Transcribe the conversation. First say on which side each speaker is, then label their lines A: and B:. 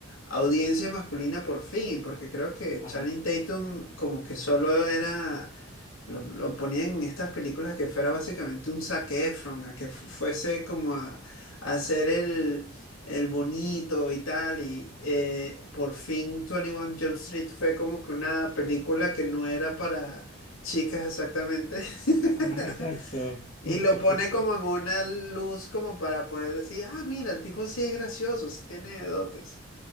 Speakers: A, on the left; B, on the left.
A: audiencia masculina por fin, porque creo que
B: Ajá.
A: Channing Tatum como que solo era, lo, lo ponían en estas películas que fuera básicamente un Zac Efron, a que fu- fuese como a, a hacer el, el bonito y tal, y
B: Ajá,
A: eh, por fin 21 Jump Street fue como que una película que no era para chicas exactamente. <laughs>
B: Ajá, exacto. Justo,
A: Y lo
B: justo.
A: pone como en una luz como para poder decir, ah, mira, el tipo sí es gracioso, sí tiene dotes.